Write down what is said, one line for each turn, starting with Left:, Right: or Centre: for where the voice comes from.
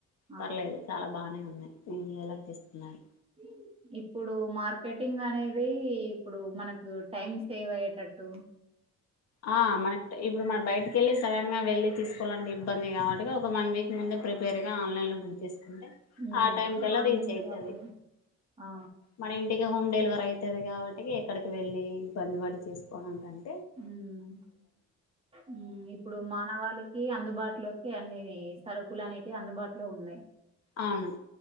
Right: ఆ
Left: పర్లేదు చాలా బానే ఉన్నాయ్ ఉమ్ ఎలా చేస్తున్నాయ్?
Right: <inaudible> ఇప్పుడు మార్కెటింగ్ అనేది ఇప్పుడు మనకు టైం సేవ్ అయ్యేటట్టు
Left: ఆ మన ఇప్పుడు మన బయటికి వెళ్లేసి సడన్గా వెళ్ళి తీసుకోవాలంటే ఇబ్బంది కాబట్టి ఒక వన్ వీక్ ముందే ప్రిపేర్ గా ఆన్లైన్ లో బుక్ చేస్ అంటే
Right: ఉమ్
Left: ఆ టైం కల్లా
Right: ఆన్లైన్లో
Left: రీచ్ అయితది
Right: అనేది ఆ
Left: మన ఇంటికి హోమ్ డెలివర అయితది కాబట్టి ఎక్కడికి వెళ్ళి ఇబ్బంది పడి చేసుకోవడా కనీ
Right: మ్ మ్ ఇప్పుడు మానవాళికి అందుబాటులోకి అన్ని సరుకులు అనేటియ్ అందుబాటులో ఉన్నాయి
Left: ఆవును